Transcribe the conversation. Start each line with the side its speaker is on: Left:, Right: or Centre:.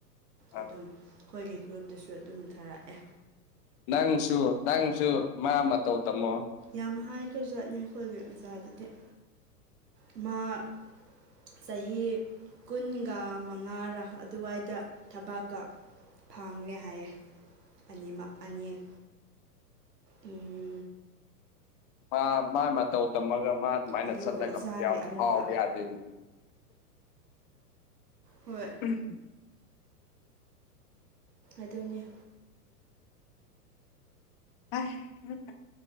Left: ꯑ
Right: ꯑꯗꯨꯝ ꯑꯩꯈꯣꯏꯒꯤ ꯒ꯭ꯔꯨꯞꯇꯁꯨ ꯑꯗꯨꯝ ꯊꯥꯔꯛꯑꯦ
Left: ꯅꯪꯁꯨ ꯅꯪꯁꯨ ꯃꯥ ꯃꯇꯧ ꯇꯝꯃꯣ
Right: ꯌꯥꯝ ꯍꯥꯏꯈ꯭ꯔꯖꯥꯠꯅꯤ ꯑꯈꯣꯏꯒꯤ ꯑꯣꯖꯥꯗꯗꯤ ꯃꯥ ꯆꯍꯤ ꯀꯨꯟꯒ ꯃꯉꯥꯔ ꯑꯗꯨꯋꯥꯏꯗ ꯊꯕꯛꯀ ꯐꯪꯉꯦ ꯍꯥꯏꯌꯦ ꯑꯅꯤꯃꯛ ꯑꯅꯤ ꯎꯝ
Left: ꯃꯥ ꯃꯥ ꯃꯇꯧ ꯇꯝꯃꯒ ꯃꯥ ꯑꯗꯨꯃꯥꯏꯅ
Right: ꯑꯗꯨꯒ
Left: ꯆꯠꯂꯒ
Right: ꯑꯣꯖꯥꯒꯤ
Left: ꯌꯥꯝ
Right: ꯑꯃꯨꯛꯀ
Left: ꯍꯥꯎꯕ ꯌꯥꯗꯦꯅꯤꯅꯦ
Right: ꯍꯣꯏ
Left: ꯎꯝ ꯎꯝ
Right: ꯑꯗꯨꯅꯤ
Left: <unintelligible>